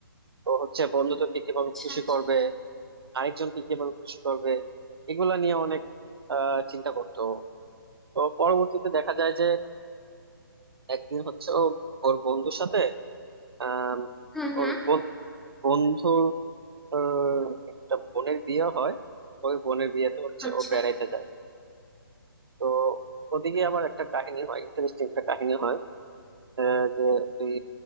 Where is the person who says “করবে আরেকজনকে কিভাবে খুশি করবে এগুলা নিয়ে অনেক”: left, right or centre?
Right